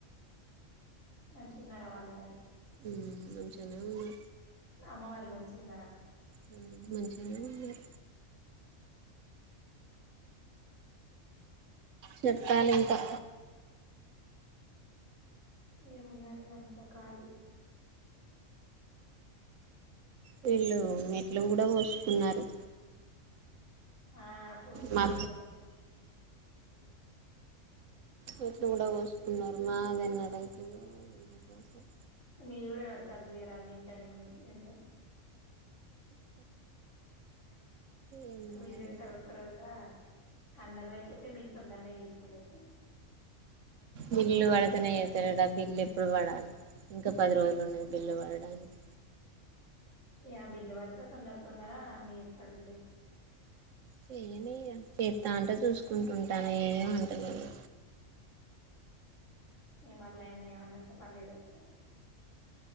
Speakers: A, on the left; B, on the right.
A: మంచిగా ఉన్నారా వాళ్ళు మరి
B: హ్మ్ మంచిగనే ఉన్నారు
A: అమ్మ వాళ్ళు మంచిగ ఉన్నారా
B: హ్మ్ మంచిగనే ఉన్నారు చెప్పాలింకా
A: ఏమున్నది ఇగ అంతా కాళీ
B: వీళ్ళు మెట్లు కూడా పోసుకున్నారు
A: ఆ పోసిన్లు
B: మా
A: ఇయ్యాల
B: మెట్లు కూడా పోసుకున్నారు మాది ఎన్నడయితదో ఏం కథో అసలు
A: మీది కూడా కడతారు తీయరాదు మీ ఇంట్లోనే మేస్త్రి ఉండే
B: ఏమో
A: మీది
B: ఇగ
A: ఎంతలో ఒక రోజుల అందరిది అయిపోతే మీది తొందరనే చేసిపడేత్తడు
B: బిల్లు పడతనే చేత్తడట ఆ బిల్లు ఎప్పుడు పడాలి ఇంకా పది రోజులు ఉన్నది బిల్లు పడడానికి
A: ఇగ ఆ బిల్లుబడితే తొందర తొందరగా అన్ని చేత్తడులే
B: చేయనీ ఇగా చెత్త అంటే చూసుకుంటూ ఉంట్టా నేనేం అంట్టలేను
A: ఇగ మళ్ళ అయినని ఏమన్నా అంటే మళ్ళీ ఏదొ ఒకటి అంటడు